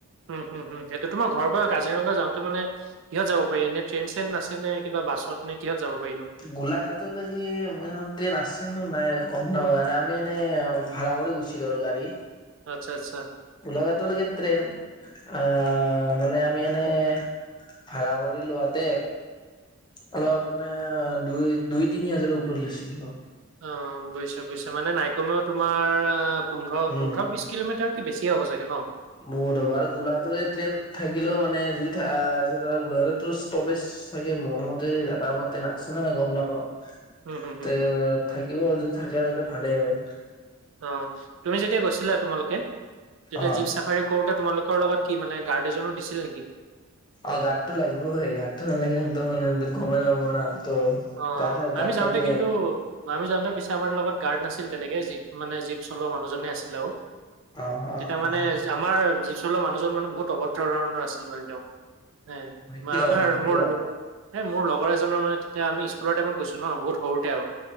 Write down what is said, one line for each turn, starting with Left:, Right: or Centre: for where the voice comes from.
Right: উম হুম হুম' সেইটো তোমাৰ ঘৰৰ পৰা কাজিৰঙা যাওঁতে মানে- কিহ'ত যাব পাৰি, এনে ট্ৰেইন চেন আছে নে কিবা বাছত নে কিহত যাব পাৰিনো?
Left: গোলাঘাটলৈকে মই জনাত ট্ৰেইন আছে নে নাই মই গ'ম নাপাওঁ। আমি এনে- ভাড়া কৰি গৈছিলোঁ আৰু গাড়ী।
Right: আৎচ্ছা আৎচ্ছা।
Left: গোলাঘাতলেকে ট্ৰেইন- অঁ' মানে আমি এনে ভাড়া কৰি লোৱাতে- অলপ মানে দুই দুই তিনি হাজাৰৰ ওপৰত লৈছিল, অঁ'।
Right: অঁ' বুজিছোঁ বুজিছোঁ মানে নাইকমেও তোমাৰ পোন্ধৰ
Left: উম
Right: পোন্ধৰ বিশ- কিলোমিটাৰতকে বেছিয়ে হব চাগে ন?
Left: বহুত হ'ব আৰু গোলাঘাটলৈ ট্ৰেইন থাকিলেও মানে যদি আছে গোলাঘাততটো ষ্টবেজ- চাগে মোৰমতে এটা মতে আছে নে নাই গম নাপাওঁ।
Right: উম, হম, হম,
Left: তে
Right: হম,
Left: থাকিব যদি থাকে তেন্তে ভালে হয়।
Right: অঁ' তুমি যেতিয়া গৈছিলা তোমালোকে তেতিয়া
Left: অ
Right: জীপ চাফাৰী- কৰোতে তোমালোকৰ লগত কি মানে গাৰ্ড এজনো দিছিলে নেকি?
Left: অঁ' গাৰডটো লাগিবৈ, গাৰড টো নালাগিলেতো মানে গমে নাপাব না ত'-
Right: অঁ'
Left: গাত গাত
Right: আমি যাওঁতে
Left: থাকে
Right: কিন্তু- মানু্হ যাওঁতে পিছে আমাৰ লগত গাৰ্ড নাছিল তেনেকে জীপ মানে জীপ চলোৱা মানুহজনে আছিল আৰু।
Left: অ অ
Right: তেতিয়া মানে
Left: অ
Right: আমাৰ জীৱ চলোৱাৰ মানুহজন মানে বহুত অভদ্ৰ ধৰণৰ আছিল মানে তেওঁ। এঁ
Left: মানে
Right: মাৰভাৰ
Left: কিয় মানে
Right: মোৰলোম-
Left: কিয়
Right: এ মোৰ লগৰ এজনৰ মানে তেতিয়া আমি স্কুলৰ টাইমত গৈছো ন, বহুত সৰুতে আৰু